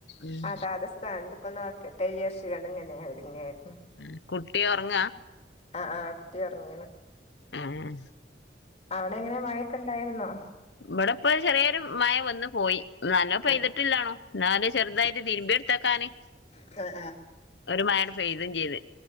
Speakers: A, on the left (about 75°); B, on the left (about 35°).
A: ഉം
B: അതാത് സ്ഥാനത്തൊക്കൊന്ന് വെക്കട്ടെന്ന് വിജാര്ച്ച്ങ്ങാണ്ട് ഇങ്ങനെ ഒരുങ്ങായിരുന്നു.
A: ഉം കുട്ടി ഒർങ്ങാ
B: ആ ആ കുട്ടി ഒർങ്ങീണ്.
A: ഏഹ്
B: അവിടെ എങ്ങനാ മഴ ഒക്കെ. ണ്ടായിരുന്നോ.
A: ഇവിടെപ്പൊരു ചെറിയൊരു മയ വന്നു പോയി നല്ലം പെയ്തിട്ടില്ലാണും
B: ആഹ്
A: ഇന്നാലും ചെറുതായിട്ട് തിരുമ്പിയെ ഇട്ത്തക്കാന്
B: ആഹ്
A: ഒരു മയണ്ട് പെയ്തും ചെയ്ത്